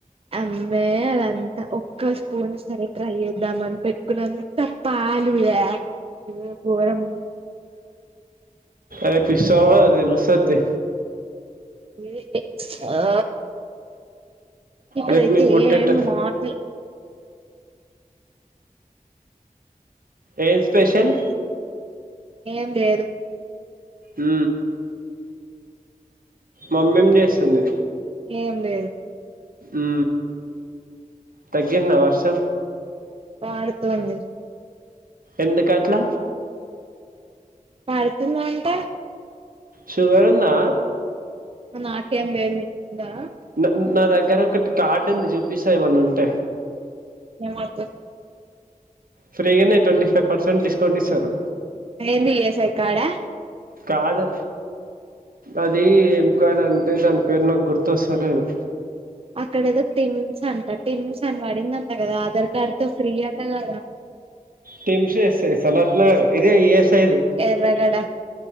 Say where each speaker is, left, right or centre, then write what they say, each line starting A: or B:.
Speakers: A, on the right; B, on the right.
A: అమ్మే అదంతా ఒక్క స్పూన్ సరే ట్రై చేద్దాం అని పెట్టుకున్నను త పాలు యాక్ ఉ గోరముంది
B: రేపిసవ్ కదా తెలుసద్ తి
A: ఈ ఏ ఆ ఇకైతే
B: రేపు మీకు పుట్టేట
A: ఏం మాట్లు
B: ఏ స్పెషల?
A: ఏం లేదు
B: ఉ మమ్మేం చేస్తుంది?
A: ఏం లేదు
B: ఉ తగ్గిందా వర్షం?
A: పాడుతుంది
B: ఎందుకాట్ల
A: పడుకున్న అంతే
B: షుగర్ ఉందా?
A: నాకేం లేద్ నీకుందా?
B: న నా దగ్గర ఒకటి కార్డు ఉంది చూపిస ఏమన్నా ఉంటే
A: మీ మర్దలు
B: ఫ్రీగనే ట్వంటీ ఫైవ్ పర్సెంట్ డిస్కౌంట్ ఇస్తరు
A: అ ఏంది ఈ. ఎస్. ఐ కాడా
B: కాదు అది ఏం కాడా అంటే దాని పేరు నాకు గుర్తొస్తలేదు
A: అక్కడదో టిమ్స్ అంట టిమ్స్ అని పడిందంట కదా ఆధార్ కార్డ్తో ఫ్రీ అట గదా
B: టిమ్స ఎస్ఐ సనత్నగర్ ఇది ఈఎస్ఐది
A: ఎర్రగడ